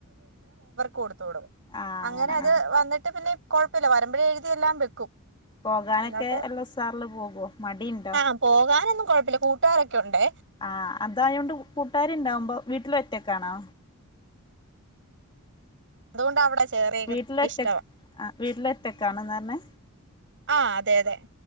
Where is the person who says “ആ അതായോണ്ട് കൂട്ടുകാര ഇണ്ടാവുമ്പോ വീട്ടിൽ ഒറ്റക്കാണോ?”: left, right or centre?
Left